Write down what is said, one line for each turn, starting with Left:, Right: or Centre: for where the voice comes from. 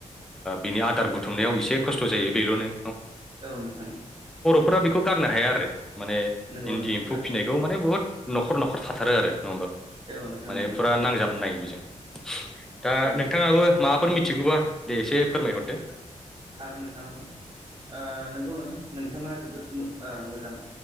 Centre: बिनि आदार बुथुमनायाव एसे खस्थ' जायो बेल'नो
Right: औ नोंथां नोंगौ
Centre: फोरा बेखौ गारनो हाया आरो माने
Right: नंगौ
Centre: इन्दि
Right: नोंथां
Centre: एम्फौ
Right: थार
Centre: फिसिनायखौ माने बुहुत न'खर न'खर थाथारो आरो नङा होमबा
Right: औ नोंथां
Centre: माने
Right: औ नंगौ
Centre: फुरा नांजाबनो बेजों दा
Right: औ
Centre: नोंथाङाबो
Right: नोंथां
Centre: माबाफोर मिथिगौबा दे एसे फोरमायहरदो
Right: हागोन नोंथां हागोन ओ नंगौ नोंथां नोंथाङा जोबोद ओ मोजां